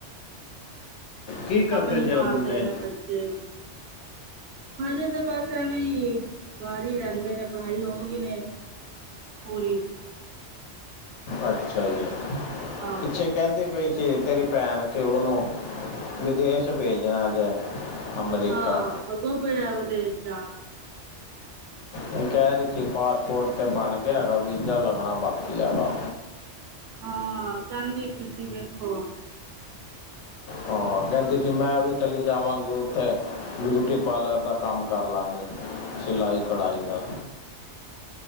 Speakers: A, on the left; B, on the right.
A: ਕੀ ਕਰਦੇ
B: ਅਪਨੀ
A: ਜੇ
B: ਮਾਰਦੇ
A: ਉਹ ਮੁੰਡੇ
B: ਨੇ ਬੱਚੇ। ਹਾਲੇ ਤੇ ਬਸ ਐਵੇਂ ਹੀ ਘਰ ਈ ਰੈਂਦੇ ਨੇ ਪੜ੍ਹਾਈ ਹੋਗੀ ਨੇ। ਪੂਰੀ
A: ਅੱਛਾ ਜੀ,
B: ਆਹੋ
A: ਪਿੱਛੇ ਕੈਂਦੀ ਪਈ ਕਿ ਤੇਰੀ ਭੈਣ ਕਿ ਓਨੂੰ ਵਿਦੇਸ਼ ਭੇਜਣਾ ਜੇ ਅਮਰੀਕਾ
B: ਹਾਂ ਅੱਗੋਂ ਪਯਾ ਵਦੇਸ਼ ਜਾਣਾ।
A: ਨੀ ਕੈ ਰੀ ਸੀਂ ਪਾਸਪੋਰਟ 'ਤੇ ਬਣ ਗਯਾ ਹੈਗਾ ਵੀਜ਼ਾ ਲੱਗਣਾ ਬਾਕੀ ਹੈਗਾ।
B: ਹਾਂ ਕੈਂਦੀ ਪਈ ਸੀ ਵੇਖੋ ਹੁਣ।
A: ਹਾਂ ਕੈਂਦੀ ਸੀ ਮੈਂ ਵੀ ਚੱਲੀ ਜਾਵਾਂਗੀ ਉੱਥੇ ਬਿਊਟੀ ਪਾਰਲਰ ਦਾ ਕੰਮ ਕਰ ਲਾਂਗੀ, ਸਿਲਾਈ ਕਢਾਈ ਦਾ।